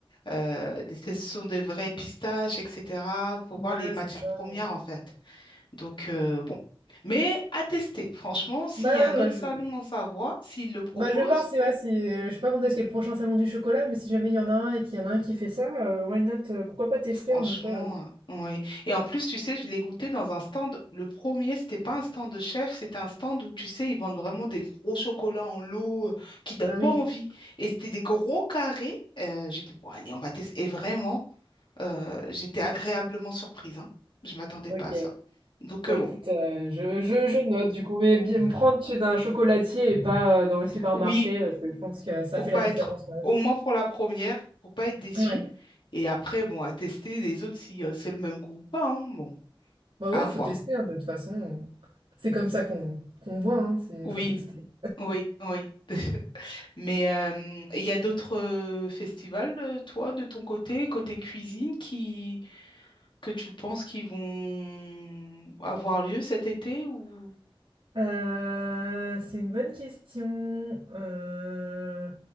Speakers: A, on the left; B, on the right.
A: Euh, ce sont des vraies pistaches, etc. Faut
B: ouais,
A: voir les matières
B: c'est ça.
A: premières, en fait. Donc, euh, bon. Mais à tester, franchement, s'il
B: Bah
A: y a un
B: ouais, bah
A: autre
B: je
A: salon en Savoie, s'il le propose,
B: Bah, je vais voir si, ouais, si, euh, je sais pas quand est-ce qu'est le prochain salon du chocolat, mais si jamais il y en a un et qu'il y en a un qui fait ça, euh, why not, euh, pourquoi pas tester
A: franchement,
B: en effet. euh.
A: euh, ouais. Et en plus, tu sais, je l'ai goûté dans un stand. Le premier, c'était pas un stand de chef, c'était un stand où, tu sais, ils vendent vraiment des gros chocolats en lot euh, qui donnent
B: Ah oui,
A: pas envie. Et c'était des gros carrés. Euh, j'ai dit, bon, allez, on va tester. Et vraiment, euh, j'étais agréablement surprise, hein. Je m'attendais
B: Ok.
A: pas à ça. Donc,
B: Bah
A: euh,
B: écoute,
A: bon.
B: euh, je, je, je note du coup, mais bien me prendre chez un chocolatier et pas euh, dans les supermarchés,
A: Oui,
B: parce que je pense que ça
A: pour
B: fait
A: pas
B: la différence
A: être,
B: quand même.
A: au moins pour la première, pour pas être déçu.
B: Ouais.
A: Et après, bon, à tester les autres si euh, c'est le même goût ou pas, hein. Bon,
B: Bah
A: à
B: oui, faut
A: voir.
B: tester hein, de toute façon. C'est comme ça qu'on qu'on voit, hein, c'est
A: Oui,
B: faut tester.
A: oui, oui. <laughs> Mais euh, il y a d'autres euh, festivals, euh, toi, de ton côté, côté cuisine, qui que tu penses qui vont avoir lieu cet été ou
B: Euh, c'est une bonne question. Euh,